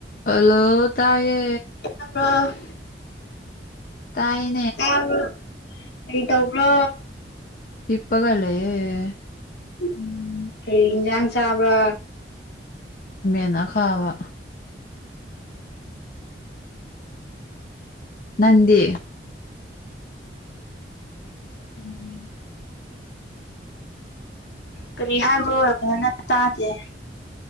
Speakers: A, on the left (about 50°); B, on the left (about 70°).
A: ꯍꯜꯂꯣ ꯇꯥꯏꯌꯦ
B: ꯇꯥꯕ꯭ꯔꯣ
A: ꯇꯥꯏꯌꯦ
B: ꯇꯥꯕ꯭ꯔꯣ ꯀꯩ ꯇꯧꯕ꯭ꯔꯣ
A: ꯍꯤꯞꯄꯒ ꯂꯩꯌꯦ
B: ꯎꯝ ꯀꯩ ꯏꯟꯖꯥꯡ ꯆꯥꯕ꯭ꯔ
A: ꯈꯃꯦꯟ ꯑꯈꯥꯕ ꯅꯪꯗꯤ
B: ꯎꯝ ꯀꯔꯤ ꯍꯥꯏꯕ꯭ꯔꯣ ꯐꯖꯅ ꯇꯥꯗꯦ